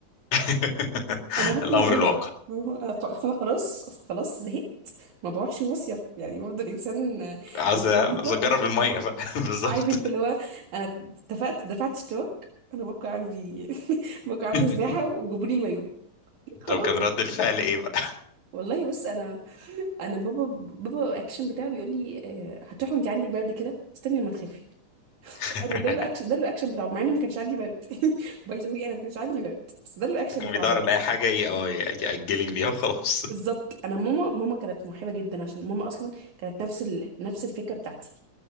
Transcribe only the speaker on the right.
انا هقنع
ايه
بقى ما هو- أصل أصل انا خلاص اصل خلاص زهقت ما بروحش مصيف يعني برضه الانسان
الانسان
ليه طاقه
عارف انت اللي هو انا اتفقت دفعت اشتراك انا بكره عندي <laughs> بكره
عندي سباحه وجابوا لي المايو خلاص
والله بص انا انا بابا بابا الاكشن بتاعه بيقول لي آه، هتروحي وانت عندك برد كده استني لما تخفي
انا ده الاكشن ده الاكشن بتاعه مع ان ما كانش عندي برد <laughs> باي ذا واي <laughs> انا ما كانش عندي برد بس ده الاكشن
بتاع
بابا
بالظبط انا ماما ماما كانت موهبه جدا عشان ماما اصلا كانت نفس ال... نفس الفكره بتاعتي